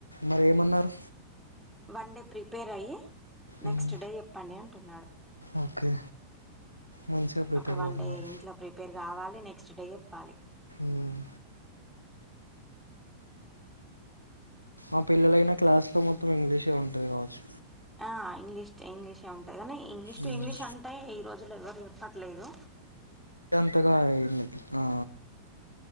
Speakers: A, on the left; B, in the centre.
A: మరి ఏమన్నారు
B: వన్ డే ప్రిపేర్ అయ్యి నెక్స్ట్
A: ఉమ్,
B: డే చెప్పండి అంటున్నాడు
A: ఓకే మంచిగా ప్రిపేర్
B: ఒక వన్
A: అవ్వండి
B: డే
A: మరి
B: ఇంట్లో ప్రిపేర్ కావాలి నెక్స్ట్ డే చెప్పాలి
A: ఊమ్ ఆ పిల్లలైనా క్లాస్ లో మొత్తం ఇంగ్లీషే ఉంటది కావచ్చు
B: ఆ ఇంగ్లీష్ టు ఇంగ్లీష్ ఏ ఉంటది కానీ ఇంగ్లీష్ టు
A: ఉమ్,
B: ఇంగ్లీష్ అంటే ఈ రోజుల్లో ఎవరు పట్లేదు
A: ఎంతగా అయింది ఆ